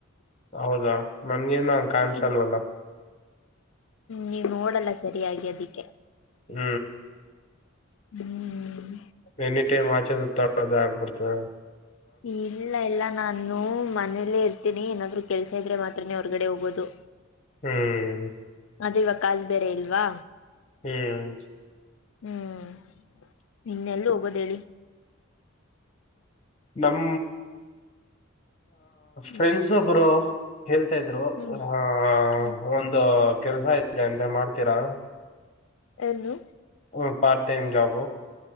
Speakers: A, on the left; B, on the left.
A: ಹೌದಾ ನನ್ಗೇನ ಕನ್ಸ
B: ಹ್ಮ್ ಹ್ಮ್
A: ಅಲ್ವಲ್ಲ
B: ನೀವ್ ನೋಡಲ್ಲ ಸರಿಯಾಗಿ ಅದಿಕ್ಕೆ
A: ಹ್ಮ್
B: ಹ್ಮ್
A: ಎನಿ ಟೈಮ್ ಆಚೆ ತಳೋದ ಆಗ್ಬಿಡ್ತದೆ
B: ಇಲ್ಲ ಇಲ್ಲ ನಾನು ಮನೇಲ್ಲೇ ಇರ್ತೀನಿ ಏನಾದ್ರು ಕೆಲ್ಸ ಇದ್ರೆ ಮಾತ್ರ ಹತ್ರನೇ ಹೊರಗಡೆ ಹೋಗೋದು
A: ಹ್ಮ್
B: ಅದವ ಕಾಸ್ ಬೇರೆ ಇಲ್ವಾ
A: ಹ್ಮ್
B: ಹ್ಮ್ ನಿನ್ನೆಲ್ಲ ಹೋಗೋದಿ
A: ನಮ
B: ಹ್ಮ್
A: ಫ್ರೆಂಡ್ಸ್ ಒಬ್ರು ಹೇಳ್ತಾ ಇದ್ರು
B: ಹ್ಮ್
A: ಆ
B: ಹ್ಮ್
A: ಒಂದು ಕೆಲ್ಸ ಇದೆ ಅಂತ ಮಾಡ್ತೀರಾ
B: ಎಲ್ಲಿ
A: ಹ ಪಾರ್ಟ ಟೈಮ ಜಾಬ